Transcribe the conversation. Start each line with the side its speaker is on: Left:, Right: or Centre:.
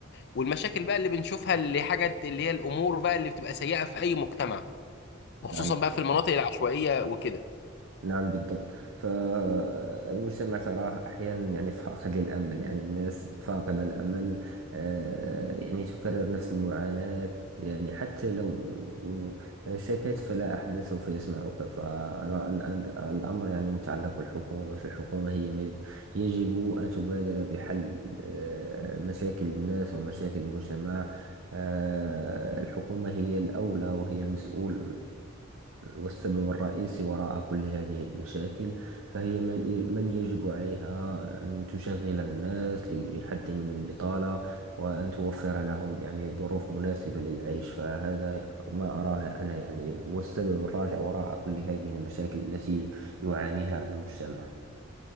Left: والمشاكل بقى اللي بنشوفها اللي حاجات اللي هي الامور بقى اللي بتبقى سيئه في اي مجتمع وخصوصا
Right: نعم
Left: بقى في المناطق العشوائيه وكده
Right: نعم بالضبط فالمجتمع تراه أحيانا يعني فاقد للأمل يعني الناس فاقدة الأمل آه، يعني تكرر نفس المعاناة يعني حتى لو شكت فلا أحد سوف يسمعك فأرى الآن الأمر يعني متعلق بالحكومة فالحكومة هي مج- يجب أن تبادر بحل آه، مشاكل الناس ومشاكل المجتمع آه، الحكومة هي الأولى وهي المسؤول والسبب الرئيسي وراء كل هذه المشاكل فهي من من يجب عليها أن تشغل الناس ل- للحد من البطالة وأن توفر لهم يعني ظروف مناسبة للعيش فهذا ما أراه أنا يعني هو السبب الراجع وراء كل هذه المشاكل التي يعانيها المجتمع